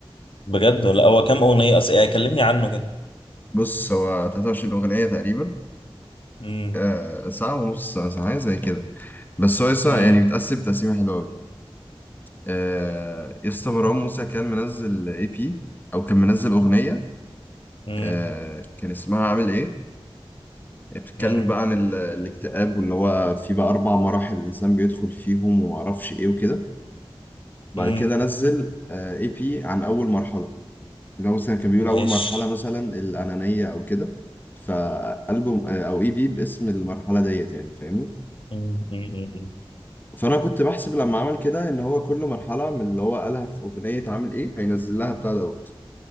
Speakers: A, on the left; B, on the left.
A: بجد ولا هو كام اغنيه اصلا يعني كلمني عنه كده
B: بص هو 23 أغنية تقريبا
A: مم.
B: آه، ساعة ونص ساعة ساعة زي كده بس هو لسه
A: مم.
B: يعني متقسم تقسيمة حلوة آه، يسطا مروان موسى كان منزل اي بي او كان منزل اغنيه
A: مم.
B: آه، كان اسمها عامل ايه بتتكلم
A: مم.
B: بقى عن ال- الاكتئاب واللي هو في بقى اربع مراحل الانسان بيدخل فيهم وما اعرفش ايه وكده بعد
A: مم.
B: كده نزل اي بي عن اول مرحله اللي هو مثلا كان بيقول
A: ماشي
B: اول مرحله مثلا الانانيه او كده فالبوم آه، او اي بي باسم المرحله ديت يعني فاهمني
A: مم. مم.
B: فانا كنت بحسب لما عمل كده ان هو كل مرحله من اللي هو قالها في اغنيه عامل ايه هينزل لها بتاع دوت